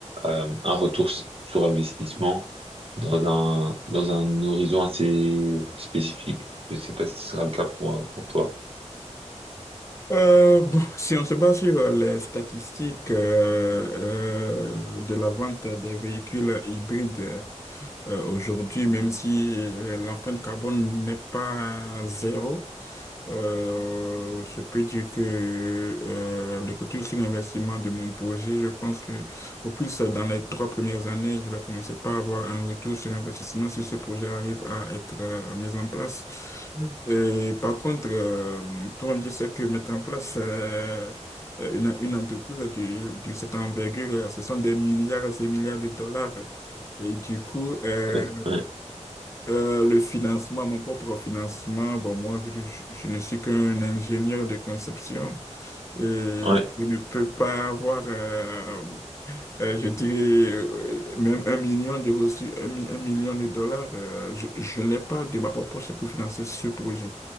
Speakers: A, on the right; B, on the left.
A: euh, un retour s- sur investissement dans un, dans un horizon assez spécifique. Je sais pas si ce sera le cas pour, euh, pour toi.
B: Euh, bon, <laughs> si on se base sur euh, les statistiques euh, euh, de la vente des véhicules hybrides euh, aujourd'hui, même si euh, l'empreinte carbone n'est pas zéro, euh, je peux dire que euh, le retour sur l'investissement de mon projet, je pense que au plus euh, dans les trois premières années, je vais commencer par avoir un retour sur investissement si ce projet arrive à être euh, mis en place. Mm. Et par contre, euh, toi-même, tu sais que mettre en place euh, euh, une, une entreprise de, de cette envergure, euh, ce sont des milliards et milliards de dollars. Et du coup, euh,
A: Ouais, ouais,
B: euh, le financement, mon propre financement, bon, moi, je, je- je ne suis qu'un ingénieur de conception et je
A: ouais.
B: ne peux pas avoir, euh, euh, je dirais, euh, même un million de reçus, un, mi- un million de dollars. euh, je je ne l'ai pas de ma propre poche pour financer ce projet.